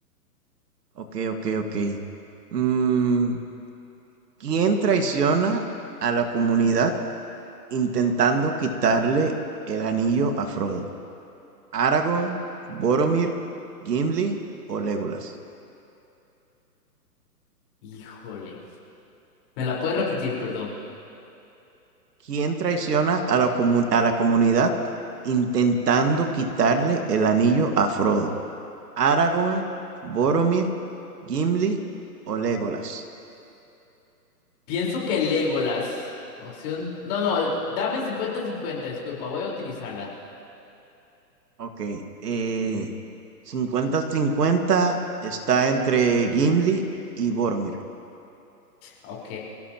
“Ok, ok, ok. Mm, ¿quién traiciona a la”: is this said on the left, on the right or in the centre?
Right